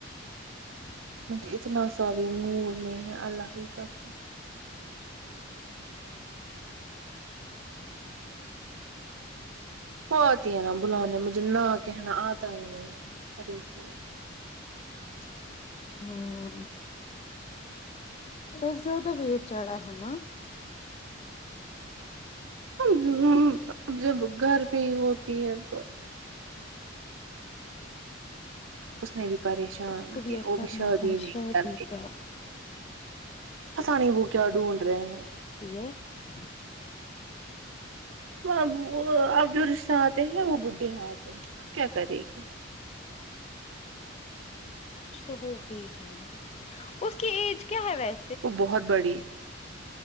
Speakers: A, on the right (about 75°); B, on the left (about 30°).
A: مجھے اتنا سا بھی موڈ نہیں ہے اللہ کی قسم وہ اتی ہے نا بلانے مجھےنا کہنا اتا ہی نہیں ہے پریشیانی
B: <unintelligible> بس زیادہ ویٹ چڑھا ہے نا
A: اب جب گھر پہ ہی ہوتی ہے تو اس نے بھی پریشان
B: اس کو بھی
A: کیا
B: اب
A: وہ
B: کرنا
A: ابھی شادی
B: تھا نا
A: ہی
B: شادی
A: نہیں کرتے
B: کا
A: پتہ نہیں وہ کیا ڈھونڈ رہے ہیں
B: <unintelligible>
A: وہ وہ اب جو رشتہ اتے ہیں وہ ب <unintelligible> کیا کرے گی
B: کچھ تو ہو گئی ہے نا اس کی ایج کیا ہے وے
A: وہ بہت بڑی